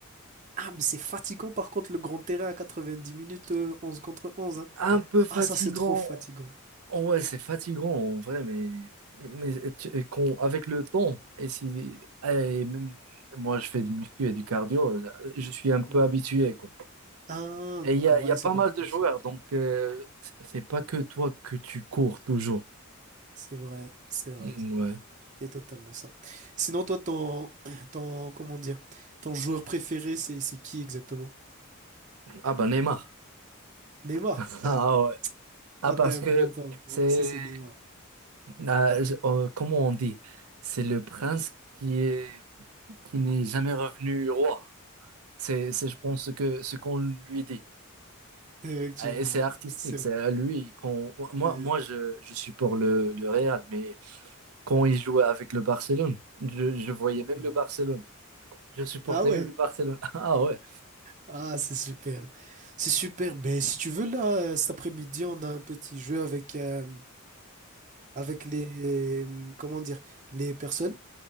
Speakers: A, on the right; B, on the right.
A: Ah, mais c'est fatigant par contre le grand terrain à 90 minutes, euh, 11 contre 11. hein.
B: Un peu fatigant,
A: Ah, ça c'est trop fatigant.
B: Oh ouais, c'est fatigant en vrai, mais, mais tu- et qu'on- avec le temps, et si, et même moi je fais du muscu et du cardio, euh, je suis un peu
A: Mhm.
B: habitué, quoi.
A: Ah,
B: Et
A: d'accord,
B: il y a, il
A: ouais,
B: y a pas
A: c'est compréhensible.
B: mal de joueurs, donc euh, c'est c'est pas que toi que tu cours toujours.
A: C'est vrai, c'est vrai.
B: Mm, Ouais.
A: C'est totalement ça. Sinon, toi, ton, <clears throat> ton, comment dire, ton joueur préféré, c'est c'est qui exactement?
B: Ah bah Neymar.
A: Neymar?
B: <laughs>
A: Ah,
B: Ah ouais. Ah
A: toi,
B: parce
A: t'es un
B: que
A: bon temps.
B: c'est,
A: Moi aussi, c'est Neymar.
B: ah, je- euh, comment on dit? C'est le prince qui est, qui n'est jamais revenu roi. C'est, c'est, je pense, ce que, ce qu'on lui dit.
A: Effectivement,
B: Euh, Et c'est artistique.
A: ouais. C'est
B: C'est
A: vrai.
B: lui, quand,
A: c'est-
B: moi, moi je, je suis pour le, le Real, mais quand il jouait avec le Barcelone, je, je voyais même
A: Mhm.
B: le Barcelone. Je supportais
A: Ah ouais,
B: même le Barcelone. <laughs> Ah ouais.
A: Ah, c'est super. C'est super. Ben, si tu veux, là, euh, cet après-midi, on a un petit jeu avec, euh, avec les, euh, comment dire, les personnes